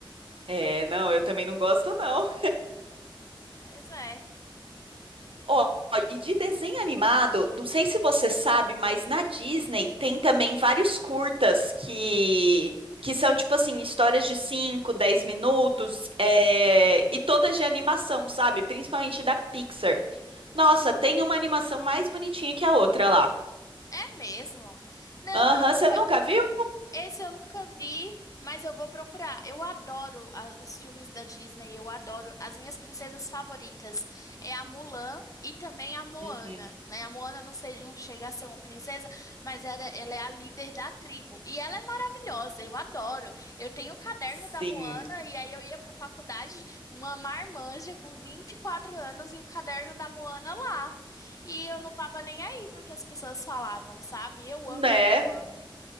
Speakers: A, on the right; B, on the left.
A: É, não, eu também não gosto, não.
B: pois é.
A: Ó, e de desenho animado, não sei se você sabe, mas na Disney tem também vários curtas que, que são, tipo assim, histórias de 5 10 minutos, é, e todas de animação, sabe? Principalmente da Pixar. Nossa, tem uma animação mais bonitinha que a outra lá.
B: É mesmo? Não,
A: Aham,
B: eu nunca,
A: você nunca viu?
B: esse eu nunca vi, mas eu vou procurar. Eu adoro a- os filmes da Disney, eu adoro. As minhas princesas favoritas é a Mulan e também a Moana,
A: Uhum,
B: né? A Moana não, sei, não chega a ser uma princesa, mas ela, ela é a líder da tribo. E ela é maravilhosa, eu adoro. Eu tenho o caderno
A: sim.
B: da Moana e aí eu ia pra faculdade, uma marmanja com 24 anos e o caderno da Moana lá. E eu não tava nem aí porque as pessoas falavam, sabe? Eu
A: Né?
B: amo, amo, amo.